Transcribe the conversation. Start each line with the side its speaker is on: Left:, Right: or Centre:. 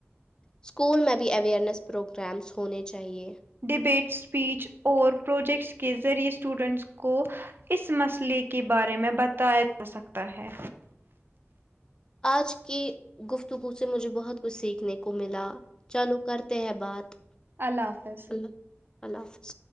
Left: اسکول میں بھی اوئرنیس پروگرامس ہونے چاہیے
Right: ڈبیٹ اسپیچ اور پروجیکٹس کے ذریعے اسٹوڈنٹس کو اس مسئلے کے بارے میں بتایا جا سکتا ہے
Left: آج کی گفتگو سے مجھے بہت کچھ سیکھنے کو ملا چلو کرتے ہیں بات
Right: اللہ حافظ
Left: اللہ اللہ حافظ